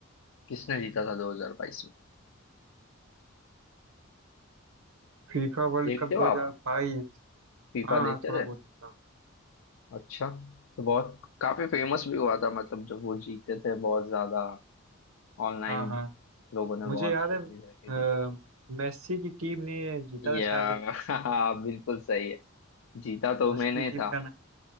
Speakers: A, on the left; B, on the right.
A: किसने जीता था 2022 में
B: FIFA World
A: देखते
B: Cup
A: हो
B: 2022
A: आप फीफा
B: हाँ
A: देखते
B: थोड़ा
A: थे
B: बहुत देखा हूँ।
A: अच्छा तो बहुत काफी फेमस भी हुआ था मतलब जब वो जीते थे बहुत ज्यादा ऑनलाइन
B: हाँ हाँ
A: लोगों ने
B: मुझे
A: बहुत
B: याद
A: स्टोरीज
B: है
A: रखी थी
B: अ, मेस्सी की टीम ने जीता
A: या
B: था शायद
A: <laughs> हाँ बिल्कुल सही है जीता तो
B: उसकी
A: मैंने
B: टीम
A: ही था
B: का नाम